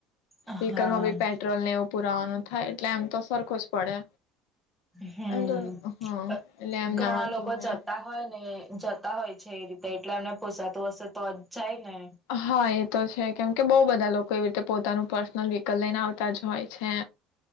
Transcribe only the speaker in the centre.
હા
હમ્મ
પ
ઘણા
લોકો
લોકો જતા હો ને જતા હોય છે એ રીતે એટલે એમને પૂસાતું હશે તો જ જાય ને